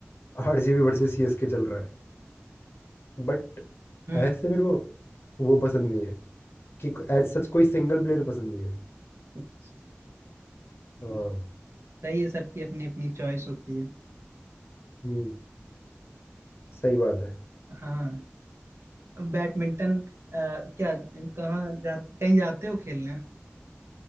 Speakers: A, on the left; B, on the right.
A: आरसीबी versus सीएसके चल रहा है बट
B: हम्म
A: ऐसे मेरे को वो पसंद नहीं है कि एज सच कोई सिंगल प्लेयर पसंद नहीं है
B: अच्छा, सही
A: हाँ
B: है सही है, सबकी अपनी अपनी चॉइस होती है
A: हम्म, सही बात है
B: हाँ बैडमिंटन अ, क्या कहाँ जा कहीं जाते हो खेलने